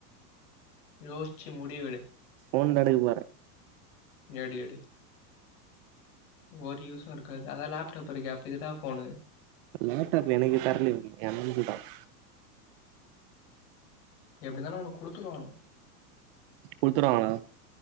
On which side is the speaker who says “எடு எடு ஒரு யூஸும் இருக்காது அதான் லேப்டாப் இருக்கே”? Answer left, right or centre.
Left